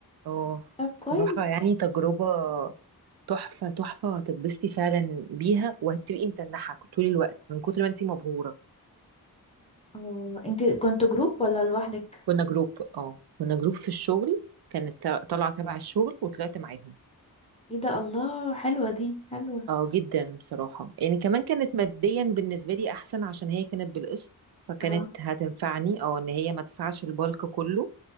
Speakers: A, on the right; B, on the left.
A: اه
B: طب
A: بصراحة
B: كويس
A: يعني تجربة تحفة تحفة هتتبسطي فعلا بيها وهتبقي متنحة طول الوقت من كتر ما انتي مبهورة
B: اه انت كنت جروب ولا لوحدك
A: كنا جروب اه كنا جروب في الشغل كانت تا- طالعة تبع الشغل وطلعت معاهم
B: ايه ده الله حلوة دي حلوة
A: اه جدا بصراحة يعني كمان كانت ماديا بالنسبة لي احسن عشان هي كانت بالقسط فكانت
B: اه
A: هتنفعني اه ان هي ما تدفعش البالك كله